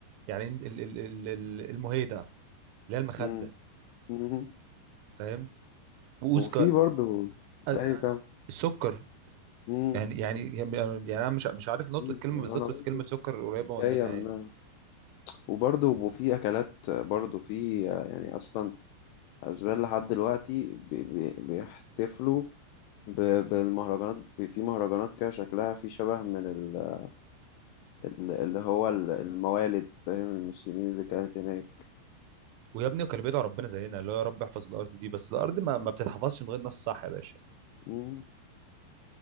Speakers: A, on the right (about 90°); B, on the left (about 80°).
A: يعني ال... ال... ال... ال- المهيده اللي هي المخده
B: مم. مم.
A: فاهم واوزكا
B: وفي
A: أ-
B: برضو
A: أ-
B: اي كم
A: السكر
B: مم.
A: يعني يعني يعني يعني انا مش مش عارف نطق
B: في-
A: الكلمه بالظبط
B: انا برضو
A: بس كلمه سكر قريبه
B: جاية
A: من منها
B: منها
A: يعني
B: وبرضو وفي اكلات برضو في يعني اصلا اسبان لحد دلوقتي بي بي بيحتفلوا ب- بالمهرجانات بي- في مهرجانات كده شكلها في شبه من ال- ال- اللي هو ال- الموالد فاهم المسلمين اللي كانت هناك
A: ويا ابني وكان بيدعو ربنا زينا اللي هو يا رب احفظ الارض دي بس الارض ما, ما بتتحفظش من غير ناس صح يا باشا
B: مم.